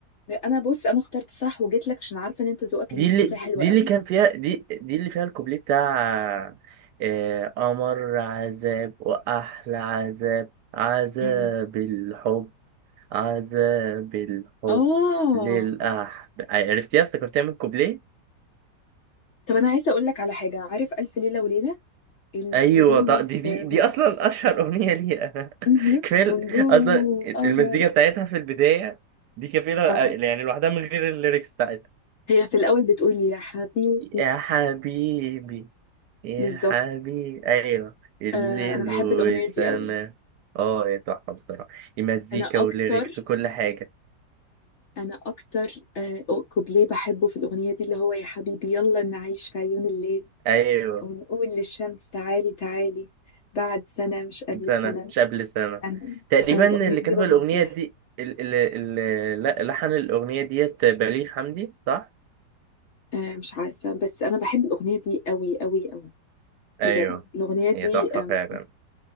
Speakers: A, on the left; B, on the right.
A: انا بص انا اخترت صح وجيت لك عشان عارفة ان انت ذوقك
B: دي
A: الموسيقي
B: اللي
A: حلو
B: دي
A: قوي
B: اللي كان فيها دي دي اللي فيها الكوبليه بتاع آه، أمر عذاب وأحلى عذاب عذاب
A: امم
B: الحب عذاب الحب
A: اه
B: للأحب عرفتيها افتكرتيها من الكوبليه
A: طب انا عايزة اقول لك على حاجة عارف الف ليلة وليلة الليل
B: ايوه
A: والسماء
B: طب دي دي دي اصلا اشهر اغنيه ليها
A: مهم.
B: <laughs> كفايه
A: ونجوم
B: اصلا
A: وقمر
B: المزيكا بتاعتها في البدايه دي كفيله
A: اه
B: يعني لوحدها من غير الليركس بتاعتها
A: هي في الأول بتقولي يا حبيبي
B: يا حبيبي يا
A: بالظبط
B: حبيبي ايوه الليل
A: آه أنا بحب
B: والسما
A: الأغنية دي قوي
B: اه يا تحفه بصراحه المزيكا
A: أنا أكتر
B: والليركس وكل حاجه
A: أنا أكتر آه أو- كوبليه بحبه في الأغنية دي اللي هو يا حبيبي يلا نعيش في عيون الليل
B: ايوه
A: ونقول للشمس تعالي تعالي بعد سنة مش قبل
B: سنه
A: سنة
B: مش قبل سنه
A: أنا
B: تقريبا
A: أنا الأغنية
B: اللي
A: دي
B: كتب
A: بموت
B: الاغنيه
A: فيها
B: دي ال ال ال لا- لحن الاغنيه ديت بليغ حمدي صح
A: آه مش عارفة بس أنا بحب الأغنية دي قوي قوي قوي بجد
B: ايوه
A: الأغنية دي
B: هي تحفه
A: آم،
B: فعلا